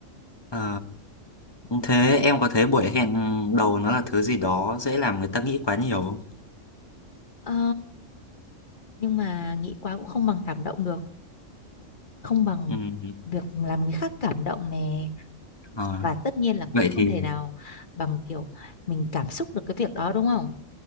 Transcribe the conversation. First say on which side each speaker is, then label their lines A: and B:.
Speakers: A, on the left; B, on the left.
A: ờ, thế em có thấy buổi hẹn đầu nó là thứ gì đó dễ làm người ta nghĩ quá nhiều không
B: Ờ, nhưng mà nghĩ quá cũng không bằng cảm động được không bằng
A: Ừm,
B: việc làm người khác cảm động nè
A: ờ,
B: và tất nhiên là cũng
A: vậy thì
B: không thể nào bằng kiểu mình cảm xúc được cái việc đó đúng không